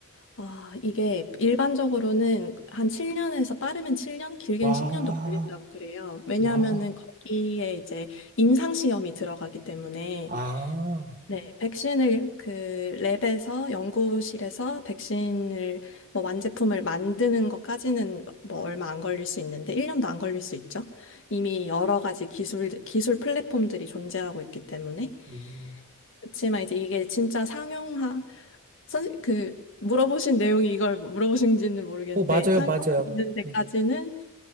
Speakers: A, on the left; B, on the right.
A: 아, 이게 일반적으로는 한 7년에서 빠르면 7년, 길게는
B: 와,
A: 10년도 걸린다고 그래요. 왜냐하면은
B: 와,
A: 거기에 이제 임상 시험이 들어가기 때문에
B: 아,
A: 네, 백신을 그 랩에서 연구실에서 백신을 뭐 완제품을 만드는 것까지는 뭐 얼마 안 걸릴 수 있는데 1년도 안 걸릴 수 있죠. 이미 여러 가지 기술 기술 플랫폼들이 존재하고 있기 때문에
B: 음.
A: 그치만 이제 이게 진짜 상용화 선- 그 물어보신 내용이 이걸 물어보신지는 모르겠는데
B: 어 맞아요,
A: 상용화되는
B: 맞아요.
A: 데까지는
B: 네.